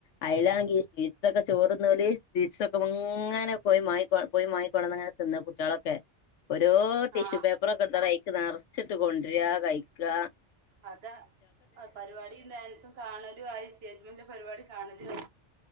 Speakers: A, on the left; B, on the right.
A: അയിലാണെങ്കീ <unintelligible> ക്കെ ചോറ്ന്നവര് സീസൊക്കെ ഇങ്ങനെ പോയി മാങ്ങി പോയി മാങ്ങക്കൊള്ളന്ന് അങ്ങനെ തിന്ന കുട്ടികളൊക്കെ ഓരോ ടിഷ്യൂ
B: ആഹ്
A: പേപ്പറൊക്കെ എ <unintelligible> നിറച്ചിട്ട് കൊണ്ടരാ കയിക്കാ
B: അത പരിപാടി ഡാൻസും കാണലും ആയി സ് പരിപാടി കാണലുയി